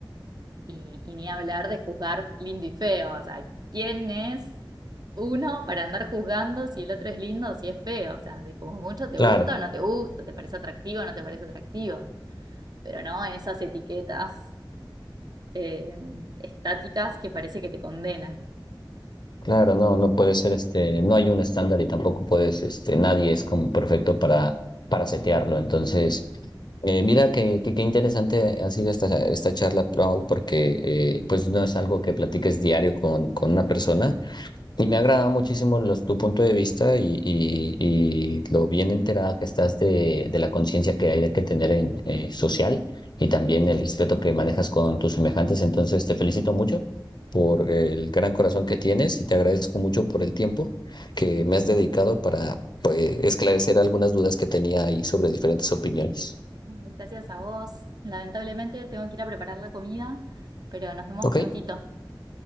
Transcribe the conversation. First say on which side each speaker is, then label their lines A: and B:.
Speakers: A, on the right; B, on the left.
A: y, y ni hablar de juzgar lindo y feo, o sea, ¿quién es uno para andar juzgando si el otro es lindo o si es feo? O sea, de como mucho te
B: claro.
A: gusta o no te gusta, te parece atractivo o no te parece atractivo, pero no en esas etiquetas eh, estáticas que parece que te condenan.
B: Claro, no, no puede ser este, no hay un estándar y tampoco puedes, este, nadie es como perfecto para, para setearlo. Entonces, eh, mira que, que- qué interesante ha sido esta, esta charla, Pau, porque eh, pues no es algo que platiques diario con, con una persona y me agrada muchísimo los- tu punto de vista y, y- y lo bien enterada que estás de, de la conciencia que hay que tener en eh, social y también el respeto que manejas con tus semejantes. Entonces, te felicito mucho por el gran corazón que tienes y te agradezco mucho por el tiempo que me has dedicado para pues, esclarecer algunas dudas que tenía ahí sobre diferentes opiniones.
A: Gracias a vos. Lamentablemente tengo que ir a preparar la comida, pero nos vemos
B: ¿Ok?
A: prontito.